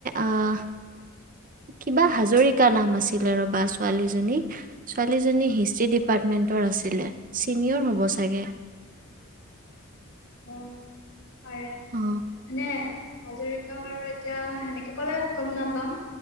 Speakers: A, on the right; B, on the left.
A: আহ কিবা হাজৰিকা নাম আছিলে ৰবা ছোৱালীজনী ছোৱালীজনী হিষ্টী ডিপাৰ্টমেন্টৰ আছিলে ছিনিয়ৰ হ'ব চাগে
B: উ পাৰে
A: অ
B: মানে হাজৰিকা বাৰু এতিয়া সেনেকে কলে গম নাপাওঁ